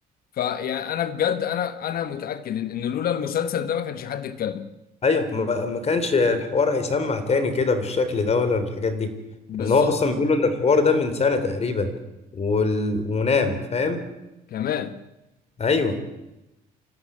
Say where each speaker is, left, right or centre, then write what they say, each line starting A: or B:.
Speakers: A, on the left; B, on the left.
A: فيعني انا بجد انا انا متأكد ان إن لولا المسلسل ده ما كانش حد اتكلم
B: ايوه ما ما كانش الحوار هيسمع تاني كده بالشكل ده ولا الحاجات دي
A: بالظبط
B: لان هو اصلا بيقولوا ان الحوار ده من سنة تقريبا وال... ونام فاهم
A: كمان
B: ايوه